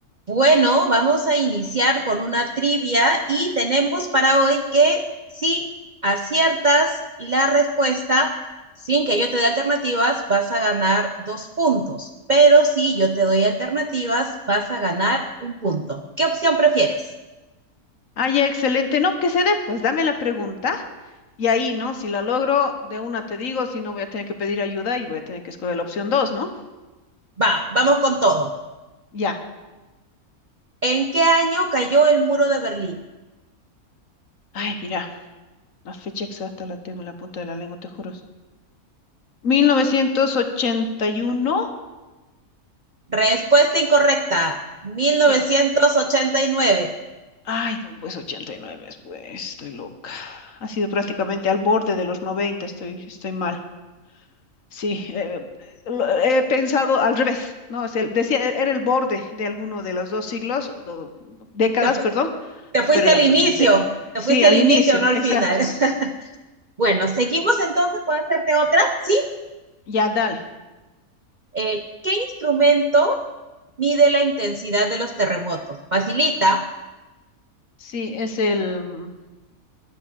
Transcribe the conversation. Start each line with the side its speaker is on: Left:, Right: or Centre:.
Right: Bueno, vamos a iniciar con una trivia y tenemos para hoy que si aciertas la respuesta sin que yo te dé alternativas, vas a ganar dos puntos. Pero si yo te doy alternativas, vas a ganar un punto. ¿Qué opción prefieres?
Left: Ay, excelente. No, que se dé, pues dame la pregunta y ahí, ¿no? Si la logro, de una te digo, si no voy a tener que pedir ayuda y voy a tener que escoger la opción dos, ¿no?
Right: Va, vamos con todo.
Left: Ya.
Right: ¿En qué año cayó el muro de Berlín?
Left: Ay, mira, la fecha exacta la tengo en la punta de la lengua, te juro. 1981.
Right: Respuesta incorrecta, 1989.
Left: Ya. Ay, no, pues 89, pues, estoy loca. Ha sido prácticamente al borde de los noventa estoy, estoy mal. Sí, eh, lo- he pensado al revés, ¿no? Es el- decía, era el borde de alguno de los dos siglos, o do- décadas,
Right: Te, fu-
Left: perdón,
Right: te fuiste
Left: pero era
Right: al
Left: pues,
Right: inicio,
Left: ochentena.
Right: te
Left: Sí,
Right: fuiste
Left: al
Right: al inicio,
Left: inicio,
Right: no al
Left: exacto.
Right: final. <laughs> Bueno, seguimos entonces, ¿puedo hacerte otra? Sí.
Left: Ya, dale.
Right: Eh, ¿Qué instrumento mide la intensidad de los terremotos? Facilita.
Left: Sí, es el mm,